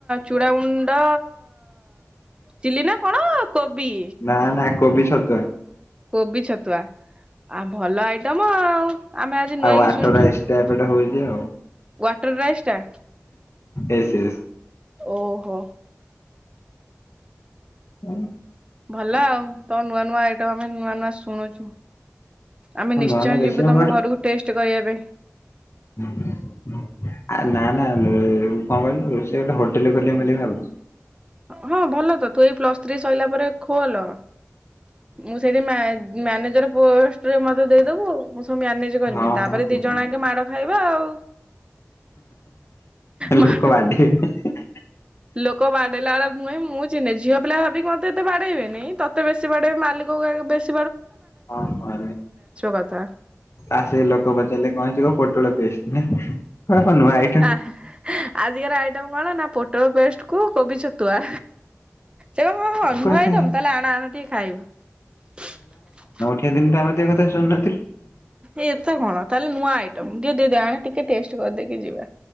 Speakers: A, on the right; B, on the left.
A: ଚୁଡୁ ହୁଁ ଗୁଣ୍ଡ ତ ଚିଲି ନା କଣ କୋବି।
B: ନା ନା କୋବି ଛତୁଆ।
A: କୋବି ଛତୁଆ ଆ ଭଲ ଆଇଟମ ଆଉ ଆମେ ଆଜି
B: ଆଉ
A: ନୂଆକି
B: ଆଟଟା
A: ଶୁଣିଛୁ।
B: ଏକ୍ସଟ୍ରା
A: ୱାଟର
B: ଏପଟେ ହଉଛି ଆଉ
A: ରାଇସ୍ ଟା।
B: Yes yes.
A: ଓହୋ।
B: ହଁ
A: ଭଲ ଆଉ ତ ନୂଆ ନୂଆ ଆଇଟମ ଆମେ ନୂଆ ନୂଆ ଶୁଣୁଛୁ। ଆମେ
B: ଆଉ
A: ନିଶ୍ଚୟ
B: ନୂଆ ନୂଆ ରେସିପି
A: ଯିବୁ ତମ ଘରକୁ ଟେଷ୍ଟ କରିବା ପାଇଁ।
B: ହୁଁ ହୁଁ। ଆ ନା ନା କଣ କହିଲୁ ରୋଷେଇ ଗୋଟେ ହୋଟେଲ ଖୋଲିରେ ଖିଲିବି ମଲିବ ଆଉ।
A: ହଁ ଭଲ ତ ତୁ ଏଇ ପ୍ଲସ ଥ୍ରୀ ସରିଲା ପରେ ଖୋଲ। ମୁଁ ସେଇଠି ମା ମ୍ୟାନେଜର ପୋଷ୍ଟରେ ମତେ ଦେଇଦବୁ। ମୁ ମ୍ୟାନେଜ କରିମି
B: ହଁ
A: ତାପରେ
B: ହଁ ବୁଝିଲି।
A: ଦି ଜଣ ଆଗେ ମାଡ଼ ଖାଇବା ଆଉ। ମାଡ
B: ଲୋକ ବାଡେଇବେ।
A: ଲୋକ ବାଡ଼େଇ ଲାବେଳେ ମୁ କିଇମି ମୁଁ ଚିହ୍ନିନି ଝିଅ ପିଲା ଭାବିକି ମତେ ଏତେ ବାଡ଼େଇ ବେନି ତତେ ବେଶୀ ବାଡ଼େଇବେ ମାରି <unintelligible>
B: ହଁ ହଁ
A: କଥା।
B: ଆସିକି ଲୋକ ପଚାରିଲେ କଣ ହେଇଚି କ ପୋଟଳ ଫେସ୍ ନା ପୁରା ନୁଆ ଆଇଟମ୍
A: ଆ ଆଜିକାର ଆଇଟମ କଣ ନା ପୋଟଳ ପେଷ୍ଟ କୁ କୋବି ଛତୁଆ। ସେ ହଁ ହଁ
B: କହିବେ
A: ନୁଆ ଆଇଟମ
B: ସାର୍
A: ତାହେଲେ ଆନ ଆନ ଟିକେ ଖାଇବୁ।
B: ସେଦିନଟା ଆମେତ ଏ କଥା ଶୁଣି ନଥିଲୁ
A: ଏତେ କଣ ତାହେଲେ ନୂଆ ଆଇଟମ ଦିଅ ଦିଅ ଆଣ ଟିକେ ଟେଷ୍ଟ କରିଦେଇକି ଯିବା।